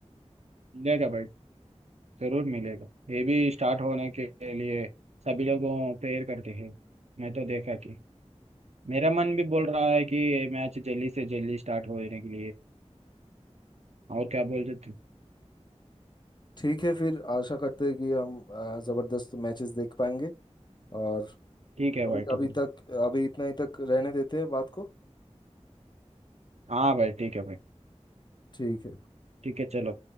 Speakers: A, on the right; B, on the left.
A: मिलेगा भाई जरूर मिलेगा ये भी स्टार्ट होने के लिए सभी लोगों प्रेयर करते हैं मैं तो देखा कि मेरा मन भी बोल रहा है कि ये मैच जल्दी से जल्दी स्टार्ट होने के लिए और क्या बोलते थे
B: ठीक है फिर आशा करते हैं कि हम अ, ज़बरदस्त मैचेस देख पाएंगे और
A: ठीक है
B: अभी
A: भाई ठीक
B: अभी
A: है
B: तक अभी इतना ही तक रहने देते हैं बात को
A: हाँ भाई ठीक है भाई
B: ठीक है
A: ठीक है चलो